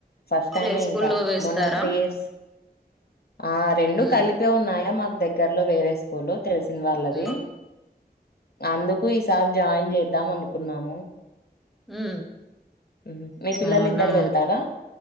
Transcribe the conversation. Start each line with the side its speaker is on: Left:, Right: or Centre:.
Left: ఫస్ట్
Centre: ప్లే
Left: టైమే
Centre: స్కూల్లో
Left: ఇంకా
Centre: వేస్తారా
Left: మొన్న త్రీ ఇయర్స్ ఆ రెండు
Centre: ఉ
Left: కలిపే ఉన్నాయా మాకు దగ్గర్లో వేరే స్కూల్ తెలిసిన వాళ్ళది
Centre: ఉ
Left: అందుకు ఈసారి జాయిన్ జేద్దాం అనుకున్నాము
Centre: ఉ
Left: హుహు. మీ పిల్లలు
Centre: అవునా
Left: ఇద్దరు వెళ్తారా